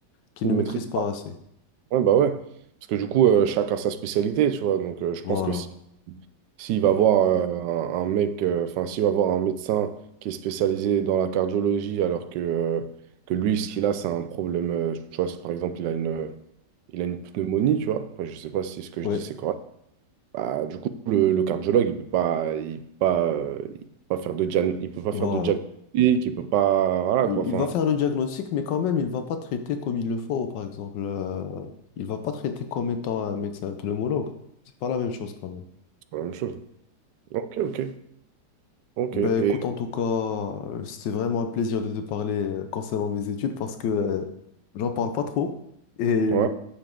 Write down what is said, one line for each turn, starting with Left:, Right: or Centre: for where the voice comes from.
Left: qu'il
Right: Ils
Left: ne maîtrise
Right: maîtrisent.
Left: pas assez.
Right: Ouais, bah ouais. Parce que du coup, euh, chacun sa spécialité, tu vois. Donc, euh, je
Left: Voilà.
Right: pense que si, s'il va voir euh, un, un mec, euh, enfin, s'il va voir un médecin qui est spécialisé dans la cardiologie, alors que, euh, que lui, ce qu'il a, c'est un problème, euh, tu vois, si par exemple, il a une, euh, il a une pneumonie, tu vois. Après, je sais pas si ce que
Left: Ouais,
Right: je dis, c'est correct. Bah, du coup, le, le cardiologue, il peut pas, il peut pas, euh, il peut pas faire de dian- il peut pas
Left: voilà.
Right: faire de diagnostic, il peut pas, voilà
Left: Il,
Right: quoi. Enfin,
Left: il va faire le diagnostic, mais quand même, il va pas traiter comme il le faut, par exemple. Euh, il va pas traiter comme étant un médecin pneumologue. C'est pas la même chose quand même.
Right: c'est pas la même chose. Ok, ok, ok.
Left: Ben
Right: Et
Left: écoute, en tout cas, euh, c'était vraiment un plaisir de te parler euh, concernant mes études parce que euh, j'en parle pas trop. Et
Right: ouais.